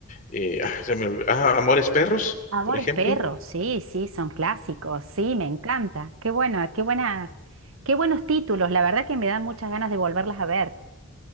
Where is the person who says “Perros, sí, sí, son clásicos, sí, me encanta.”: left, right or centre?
Right